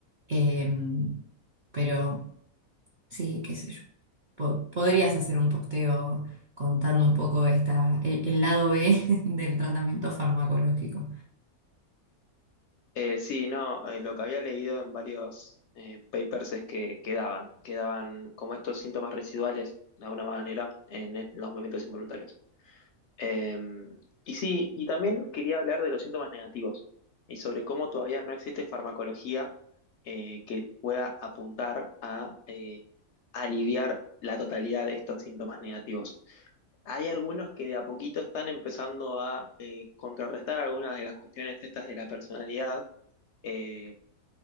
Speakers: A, on the right; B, on the left.
A: Em, pero sí, qué sé yo. Po- podrías hacer un posteo contando un poco esta, el, el lado B <laughs> del tratamiento farmacológico.
B: Eh, sí, no, eh, lo que había leído en varios eh, papers es que quedaban, quedaban como estos síntomas residuales, de alguna manera, en el- los movimientos involuntarios. Eh, y sí, y también quería hablar de los síntomas negativos y sobre cómo todavía no existe farmacología eh, que pueda apuntar a eh, aliviar la totalidad de estos síntomas negativos. Hay algunos que de a poquito están empezando a eh, contrarrestar algunas de las cuestiones estas de la personalidad eh,